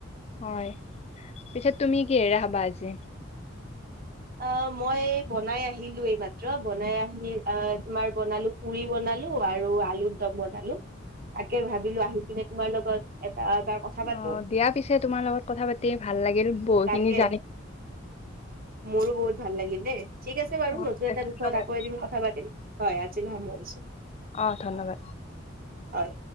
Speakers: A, on the left (about 35°); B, on the right (about 50°).
A: হয়, পিছে তুমি কিহেৰে খাবা আজি?
B: অঁ মই বনাই আহিলো এইমাত্ৰ, বনাই আহি আ তোমাৰ বনালো- পুৰি বনালো আৰু আলুৰ দম বনালো। তাকে ভাবিলো আহিপিনে তোমাৰ লগত এটা এবাৰ- কথা পাতো
A: অঁ দিয়া, পিছে তোমাৰ লগত কথা পাতি ভাল লাগিল বহুতখিনি
B: তাকে
A: জানিলোঁ।
B: মোৰো বহুত ভাল লাগিল দেই। ঠিক আছে বাৰু
A: অ'
B: নতুন এটা
A: ধন্যবাদ
B: বিষয়ত আকৌ এদিন কথা পাতিম হয় আজিলৈ সামৰিছো।
A: অঁ ধন্যবাদ।
B: হয় হয়।